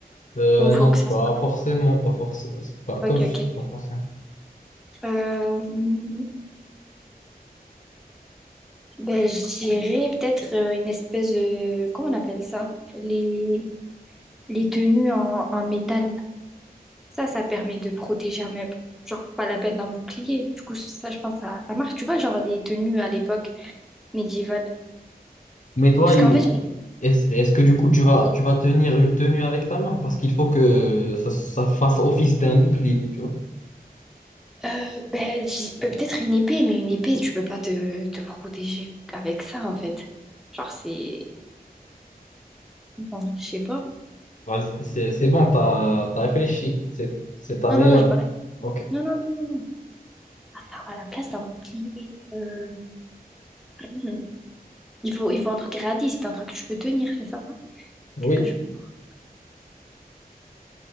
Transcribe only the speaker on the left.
Euh,
non,
pas
forcément, pas forcément, pas comme
je-
pas forcément.
Mais toi,
il-
est-ce est-ce que du coup tu vas tu vas tenir une tenue avec ta main? Parce qu'il faut que ça, ça fasse office d'un bouclier, tu vois.
Vas-y, c'est c'est bon, t'as t'as réfléchi. C'est c'est ta
meilleure.
Ok.
Oui,